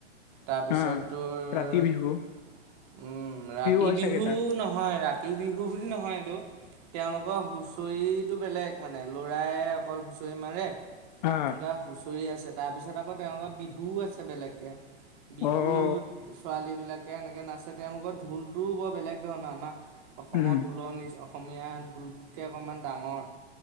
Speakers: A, on the right (about 40°); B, on the left (about 40°).
A: তাৰপিছত
B: অ
A: তোৰ
B: ৰাতি বিহু
A: ৰাতি
B: হয়
A: বিহু
B: চাগে তাত
A: নহয় ৰাতি ৰাতি বিহু বুলি নহয় এইটো তেওঁলোকৰ হুচৰিটো বেলেগ মানে লৰায় অকল হুচৰি মাৰে এনেকুৱা
B: আহ
A: হুঁচৰি আছে তাৰ পিছত আকৌ তেওঁলোকৰ বিহুও আছে বেলেগকে বিহুত
B: অ অ
A: ছোৱালীবিলাক এনেকৈ নাচে তেওঁলোকৰ ঢোলটোও বৰ বেলেগ ধৰণৰ আমাৰ অসমৰ
B: উম
A: ঢোলৰ নি অসমীয়া ঢোলটোতকৈ অকণমান ডাঙৰ